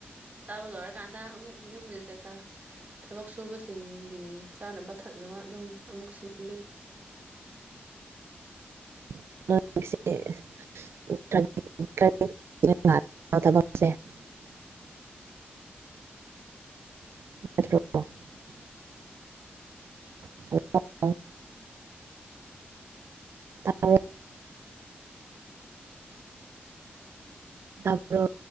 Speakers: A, on the right; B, on the right.
A: ꯆꯥꯥꯎ ꯂꯔ ꯀꯥꯥꯟ ꯑ ꯑꯃꯨꯛ ꯌꯨꯝꯒꯤ ꯀꯩꯀꯥ ꯊꯕꯛ ꯁꯨꯕꯁꯤꯡꯒꯤ ꯆꯥꯅꯕ ꯊꯛꯅꯕ ꯑꯗꯨꯝ ꯑꯃꯨꯛ ꯁꯤꯟꯕꯤ
B: <unintelligible> <unintelligible> ꯑ ꯇꯥꯕ꯭ꯔꯣ ꯇ꯭ꯔꯣ